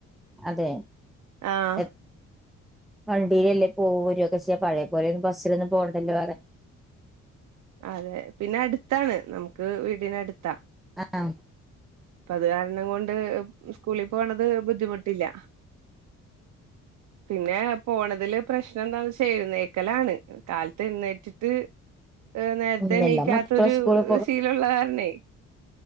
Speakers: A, in the centre; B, on the right.
A: അതെ
B: ആഹ്
A: എ വണ്ടീലല്ലേ പോവും വെരൊക്കെ ചെയ്യാ പഴയ പോലൊ ബസ്സിലൊന്നും പോകണ്ടല്ലോ അറ
B: അതെ പിന്നെ അടുത്താണ് നമുക്ക് വീടിനടുത്താ.
A: അ ആഹ്.
B: ഇപ്പ അത് കാരണം കൊണ്ട് സ്കൂളിൽ പോണത് ബുദ്ധിമുട്ടില്ല. പിന്നെ പോണതില് പ്രശ്നം എന്താന്ന് വെച്ച എഴുന്നേക്കലാണ് കാലത്ത് എഴുന്നേറ്റ് ട്ട് നേരത്തെ
A: ഉം
B: എണീക്കാത്തൊരു
A: എല്ലാ മക്കളും സ്കൂളിൽ
B: ശീലുള്ള കാരണെ